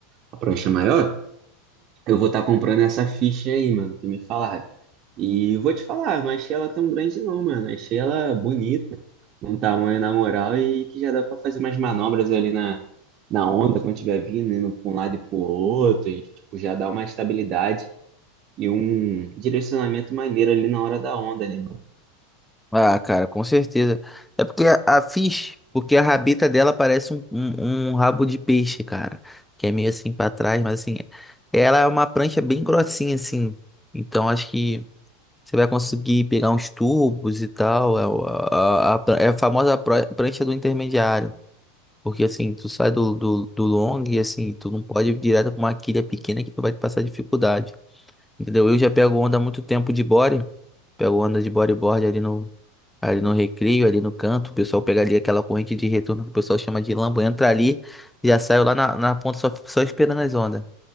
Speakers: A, on the right; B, in the centre.
A: a prancha maior, eu vou estar comprando essa ficha aí, mano, que me falaram. E eu vou te falar, não achei ela tão grande não, mano. Achei ela bonita, um tamanho na moral e que já dá pra fazer umas manobras ali na, na onda quando estiver vindo, indo pra um lado e pro outro, e tipo, já dá uma estabilidade e um direcionamento maneiro ali na hora da onda, né?
B: Ah, cara, com certeza. É porque a, a Fish, porque a rabeta dela parece um, um, um rabo de peixe, cara. Que é meio assim pra trás, mas assim, ela é uma prancha bem grossinha, assim. Então acho que você vai conseguir pegar uns tubos e tal. É o- a, a, a pra- é a famosa pro- prancha do intermediário. Porque assim, tu sai do, do, do long e assim, tu não pode ir direto pra uma quilha pequena que tu vai te passar dificuldade. Entendeu? Eu já pego onda há muito tempo de body. Pego onda de bodyboard ali ali no recreio, ali no canto, o pessoal pega ali aquela corrente de retorno que o pessoal chama de lamba, entra ali e já saiu lá na, na ponta só, só esperando as ondas.